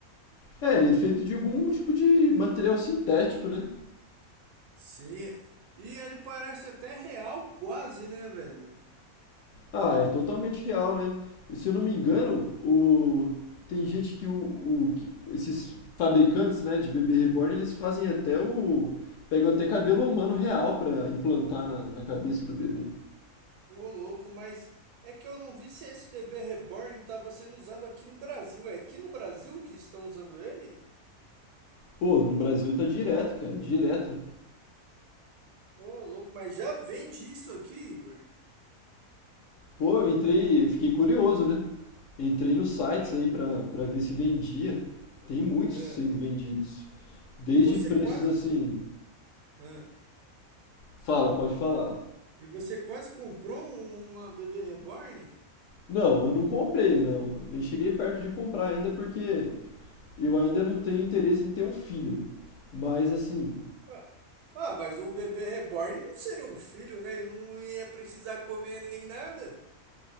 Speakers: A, on the left; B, on the right.
A: É, ele é feito de algum tipo de material sintético, né?
B: Sim. E ele parece até real, quase, né, velho?
A: Ah, é totalmente real, né? Se eu não me engano, o... tem gente que, o, o- que- esses fabricantes, né, de bebê reborn, eles fazem até o... pegam até cabelo humano real pra implantar na, na cabeça do bebê.
B: Ô louco, mas é que eu não vi se esse bebê reborn estava sendo usado aqui no Brasil. É aqui no Brasil que estão usando ele?
A: Pô, no Brasil tá direto, cara, direto.
B: Ô louco, mas já vende isso aqui, Igor?
A: Pô, eu entrei, eu fiquei curioso, né? Entrei nos sites
B: Ah,
A: aí pra, pra ver se vendia. Tem muitos
B: ah.
A: sendo vendidos. Desde
B: E você
A: preços
B: quase
A: assim...
B: co- ah.
A: Fala, pode falar.
B: E você quase comprou um- uma bebê reborn?
A: Não, eu não comprei, não. Nem cheguei perto de comprar ainda porque eu ainda não tenho interesse em ter um filho. Mas assim,
B: Ué, Ah, mas um bebê reborn não seria um filho, né? Ele não ia precisar comer nem nada.